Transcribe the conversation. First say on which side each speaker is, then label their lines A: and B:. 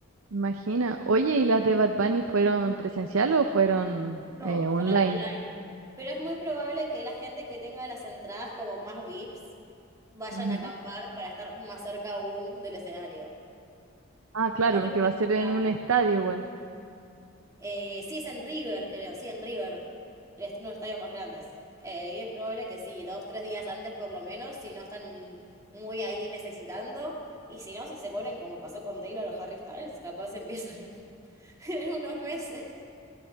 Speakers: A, on the right; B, on the right.
A: Imagina. Oye, ¿y las de Bad Bunny fueron presencial o fueron
B: No,
A: eh, online?
B: fueron online. Pero es muy probable que la gente que tenga las entradas como más VIPs vayan
A: Ujú.
B: a acampar para estar más cerca aún del escenario.
A: Ah, claro,
B: No creo
A: porque
B: que
A: va a ser
B: sea
A: en un
B: en River.
A: estadio igual.
B: Eh, sí, es en River, creo, sí, en River. El est- uno de los estadios más grandes. Eh, y es probable que sí, dos, tres días antes por lo menos, si no están muy ahí necesitando. Y si no, si se ponen como pasó con Taylor o Harry Styles, capaz empiezan <laughs> en unos meses.